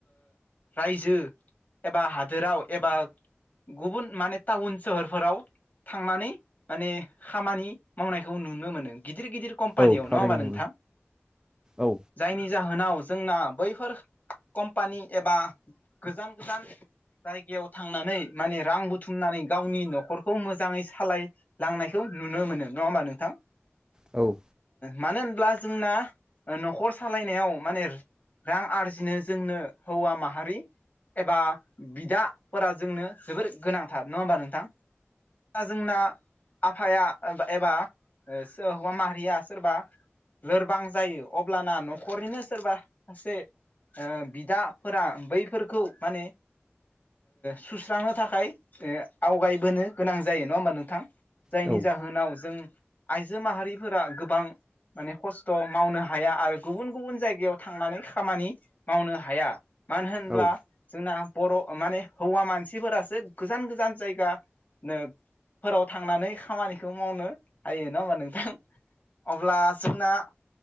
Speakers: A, on the left; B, on the right.
A: रायजो एबा हादोराव एबा गुबुन माने टाउन सोहोरफोराव थांनानै माने खामानि मावनायखौ नुनो मोनो गिदिर गिदिर कम्पानियाव
B: औ थारैनो
A: नङा हा नोंथां
B: औ
A: जायनि जाहोनाव जोंना बैफोर कम्पानि एबा गोजान गोजान जायगायाव थांनानै माने रां बुथुमनानै गावनि न'खरखौ मोजाङै सालाय लांनायखौ नुनो मोनो नङा होमबा नोंथां
B: औ
A: मानो होनब्ला जोंना न'खर सालायनायाव माने रां आरजिनो जोंनो हौवा माहारि एबा बिदाफोरा जोंनो जोबोर गोनांथार नङा होमबा नोंथां दा जोंना आफाया एबा सोर हौवा माहारिया सोरबा लोरबां जायो अब्लाना न'खरनिनो सोरबा सासे बिदाफोरा बैफोरखौ माने सुस्रांनो थाखाय आवगायबोनो गोनां जायो नङा होमबा नोंथां जायनि
B: औ
A: जाहोनाव जों आइजो माहारिफोरा गोबां माने खस्थ' मावनो हाया आरो गुबुन गुबुन जायगायाव थांनानै खामानि मावनो हाया मानो होनब्ला
B: औ
A: जोंना बर' माने हौवा मानसिफोरासो गोजान गोजान जायगा नो फोराव थांनानै खामानिखौ मावनो हायो नङा होमबा नोंथां अब्ला जोंना